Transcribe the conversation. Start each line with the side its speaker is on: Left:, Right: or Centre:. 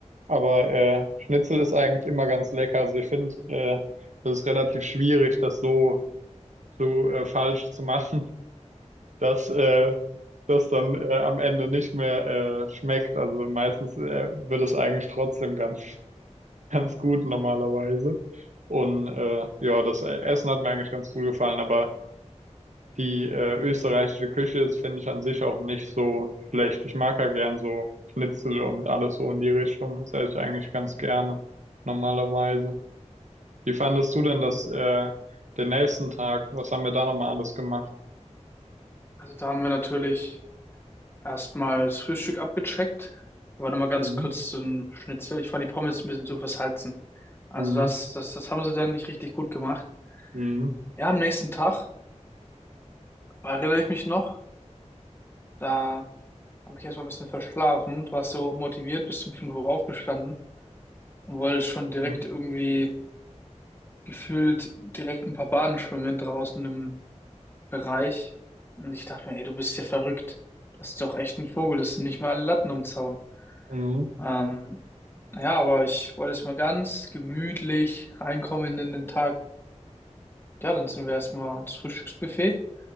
Right: Aber äh, Schnitzel ist eigentlich immer ganz lecker. Also ich finde, äh, das ist relativ schwierig, das so, so äh, falsch zu machen, <laughs> dass äh, das dann äh, am Ende nicht mehr äh, schmeckt. Also meistens äh, wird es eigentlich trotzdem ganz, <laughs> ganz gut normalerweise. Und äh, ja, das Essen hat mir eigentlich ganz gut gefallen, aber die äh, österreichische Küche ist, finde ich, an sich auch nicht so schlecht. Ich mag ja gern so Schnitzel und alles so in die Richtung. Das esse ich eigentlich ganz gerne normalerweise. Wie fandest du denn das, äh, den nächsten Tag? Was haben wir da nochmal alles gemacht?
Left: Also da haben wir natürlich erstmal das Frühstück abgecheckt. Aber nochmal ganz
Right: Mhm.
Left: kurz zum Schnitzel. Ich fand die Pommes ein bisschen zu versalzen. Also
Right: Mhm.
Left: das, das, das haben sie dann nicht richtig gut gemacht.
Right: Mhm.
Left: Ja, am nächsten Tag, erinnere ich mich noch, da habe ich erstmal ein bisschen verschlafen. Du warst so motiviert, bis um 5 Uhr aufgestanden und wolltest schon
Right: Mhm.
Left: direkt irgendwie gefühlt direkt ein paar Bahnen schwimmen draußen im Bereich. Und ich dachte mir, ey, du bist ja verrückt. Das ist doch echt ein Vogel, das sind nicht mal alle Latten am Zaun.
Right: Mhm.
Left: Ähm, ja, aber ich wollte jetzt mal ganz gemütlich reinkommen in den Tag. Ja, dann sind wir erstmal ans Frühstücksbuffet